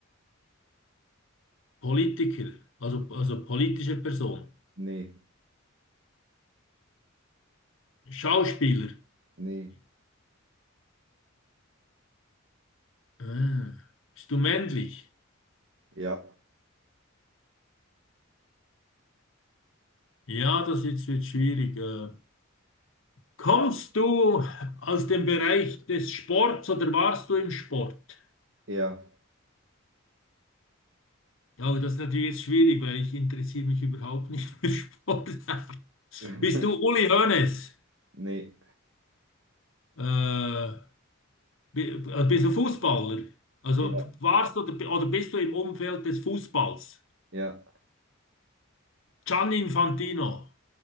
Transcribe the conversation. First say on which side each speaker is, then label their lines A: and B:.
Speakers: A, on the left; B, on the right.
A: Politiker, also, also politische Person?
B: nee,
A: Schauspielerin?
B: nee,
A: Ah. Bist du männlich?
B: ja,
A: Ja, das jetzt wird schwierig. äh. Kommst du aus dem Bereich des Sports oder warst du im Sport?
B: ja,
A: Ja, aber das ist natürlich jetzt schwierig, weil ich interessiere mich überhaupt nicht für Sport. <laughs>
B: <laughs>
A: Bist du Uli Hoeneß?
B: nee,
A: Äh, bi- äh, bist du Fußballer? Also
B: ja,
A: warst du oder, bi- oder bist du im Umfeld des Fußballs?
B: ja,
A: Gianni Infantino,